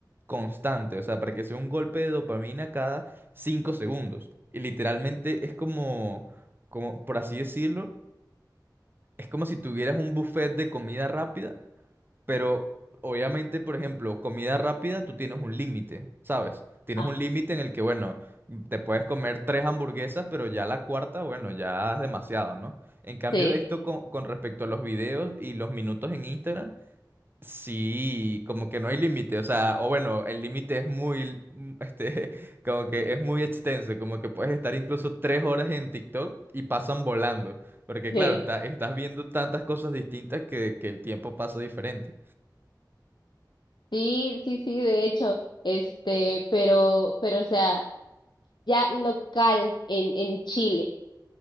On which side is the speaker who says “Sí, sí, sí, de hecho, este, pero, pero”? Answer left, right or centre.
Left